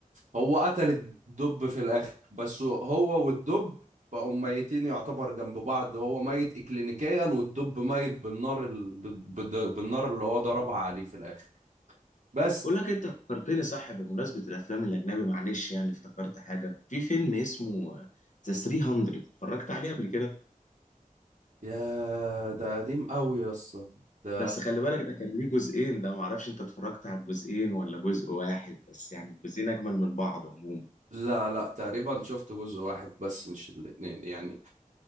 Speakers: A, on the right (about 60°); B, on the left (about 60°).
A: هو قتل الدب في الاخر بس هو والدب بقوا ميتين يعتبر جنب بعض هو ميت اكلينيكيا والدب ميت بالنار ال... بال- بالنار اللي هو ضربها عليه في الاخر بس
B: بقول لك أنت فكرتني صح بمناسبة الأفلام الأجنبي معلش يعني افتكرت حاجة في فيلم اسمه ذا 300 اتفرجت عليه قبل كده
A: يا ده قديم قوي يا اسطى ده
B: بس خلي بالك ده كان ليه جزئين ده معرفش انت اتفرجت على الجزئين ولا جزء واحد بس يعني الجزئين اجمل من بعض عموما
A: لا لا تقريبا شفت جزء واحد بس مش الاتنين يعني